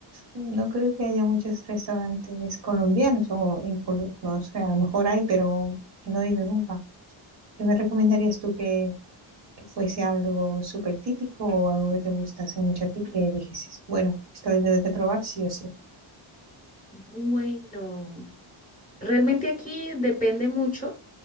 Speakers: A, on the right; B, on the left.
A: No creo que haya muchos restaurantes colombianos o en Colo- no sé, a lo mejor hay, pero no he ido nunca. ¿Qué me recomendarías tú que, que fuese algo súper típico o algo que te gustase mucho a ti que dijeses, bueno, esta vez debes de probar sí o sí?
B: Bueno, Realmente aquí depende mucho